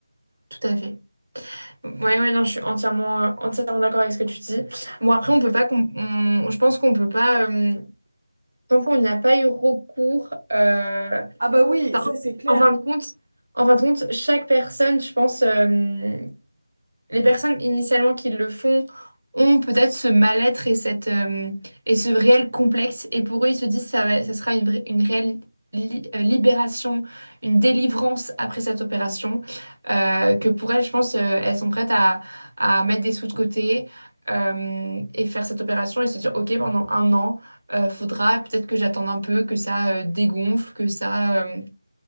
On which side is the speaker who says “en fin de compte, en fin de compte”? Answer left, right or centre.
Right